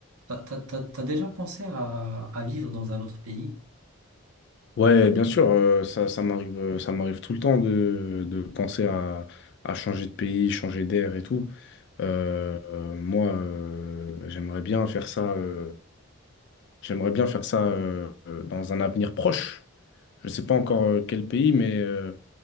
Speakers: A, on the right (about 85°); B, on the left (about 50°).
A: T'as, t'as- t'as- t'as déjà pensé à, à vivre dans un autre pays?
B: Ouais, bien sûr, euh, ça, ça m'arrive, euh, ça m'arrive tout le temps de, de penser à, à changer de pays, changer d'air et tout. Euh, euh, moi, euh, j'aimerais bien faire ça, euh, j'aimerais bien faire ça euh, euh, dans un avenir proche. Je ne sais pas encore euh, quel pays, mais, euh,